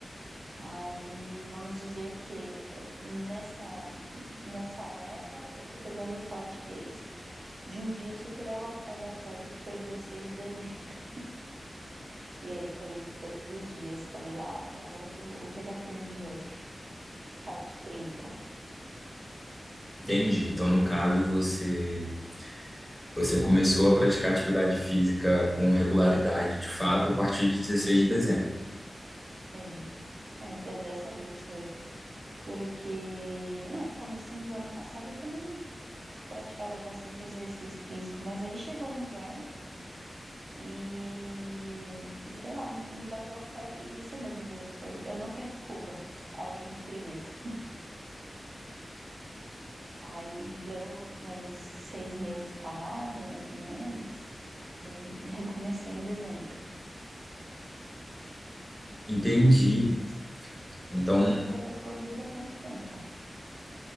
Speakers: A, on the right (about 65°); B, in the centre.
A: Aí vamos dizer que eh, nessa, nessa leva eu tô pegando forte desde de um dia super ala- aleatório que foi 16 de dezembro. <laughs> E aí tô indo todos os dias. Falei, ah, vou- agora eu vou, eu vou pegar firme de novo. Parte trinta
B: Entendi. Então, no caso, você você começou a praticar atividade física com regularidade, de fato, a partir de 16 de dezembro.
A: É, é, de- dessa vez foi. Porque, não, comecinho do ano passado eu também praticava bastante exercício físico, mas aí chegou o inverno e, sei lá, me, me bateu, foi a preguiça mesmo, foi, eu não tenho desculpa, além de preguiça. Aí deu aí, uns seis meses parada, mais ou menos, e aí recomecei em dezembro.
B: Entendi. Então,
A: E você fez corrida há quanto tempo?